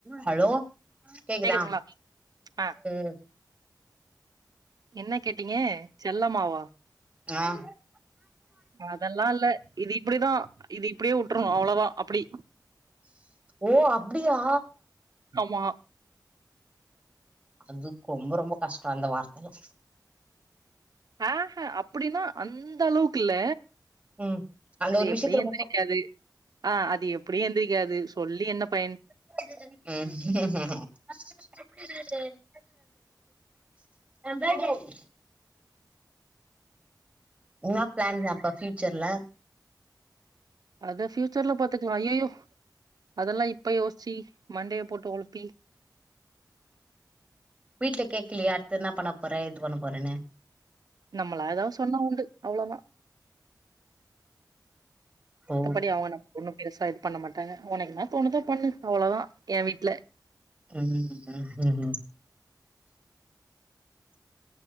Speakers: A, on the right; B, on the right.
A: Hello கேக்குதா
B: கேக்குதுங்களா
A: ம்
B: ஆ
A: ம்
B: என்ன கேட்டீங்க செல்லம்மாவா
A: <unintelligible>
B: அதெல்லா இல்ல இது இப்டிதா இது இப்டியே உட்ருணு அவ்ளோதா அப்டி
A: ஓ அப்டியா
B: ஆமா
A: அதுக்கு ரொம்ப ரொம்ப கஷ்டோ அந்த வார்த்தெல்லா
B: ஆ ஹ அப்டின்னா அந்த அளவுக்கு இல்ல
A: ம் அந்த
B: அது
A: ஒரு விஷயத்துல
B: எப்டியு எந்திரிக்காது
A: மட்டு
B: ஆ அது எப்டி எழுந்திரிக்காது சொல்லி என்ன பயன்
A: ம் ம் ம் என்ன என்ன பிளான் தான்ப்பா ஃப்யூச்சர்ல
B: அத ஃபயூச்சர்ல பாத்துக்கலா அய்யயோ அதெல்லா இப்ப யோசிச்சு மண்டையா போட்டு ஒழப்பி
A: வீட்டுல கேக்குலியா அடுத்து என்ன பண்ண போறே ஏது பண்ண போறேன்னு
B: நம்மள ஏதாவ் சொன்னா உண்டு அவ்ளோதா
A: ஓ
B: ப்டி அவுங்க நம்ம ஒண்ணு பெருசா இது பண்ண மாட்டாங்க ஒனக்கு என்ன தோணுதோ பண்ணு அவ்ளோதா எ வீட்ல
A: ம் <unintelligible>